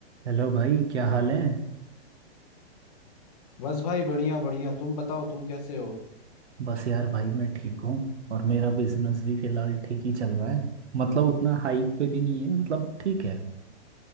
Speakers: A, on the right; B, on the left.
A: Hello भाई क्या हाल है
B: बस भाई बढ़िया बढ़िया तुम बताओ तुम कैसे हो
A: बस यार भाई मैं ठीक हूँ और मेरा बिजनेस भी फिलहाल ठीक ही चल रहा है मतलब उतना हाइक पे भी नहीं है मतलब ठीक है